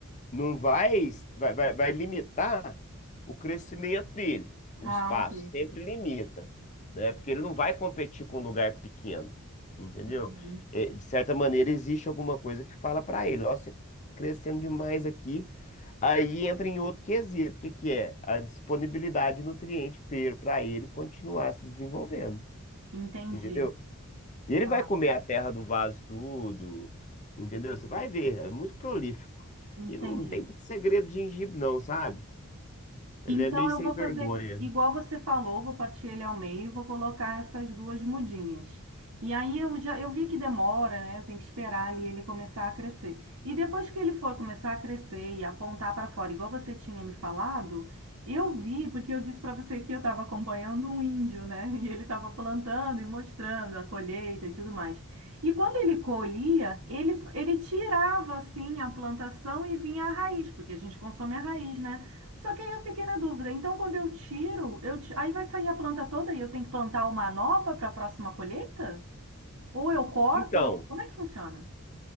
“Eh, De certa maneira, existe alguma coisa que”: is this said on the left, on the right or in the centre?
Left